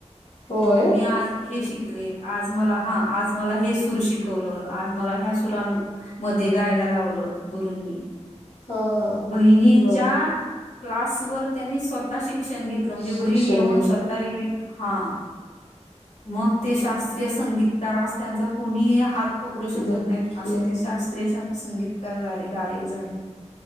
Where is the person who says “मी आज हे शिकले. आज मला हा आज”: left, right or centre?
Left